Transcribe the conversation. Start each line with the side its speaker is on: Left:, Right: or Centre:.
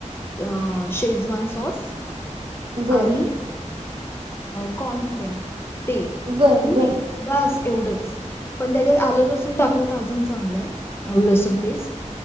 Left: अ शेजवान सॉस
Right: बरं
Left: आणि
Right: बरं
Left: कॉर्न फ्लोर ते
Right: बरं
Left: आणि मीठ बस एवढंच. पण त्याच्यात आलं लसूण टाकलं तर अजून चांगलंय, आल लसूण पेस्ट.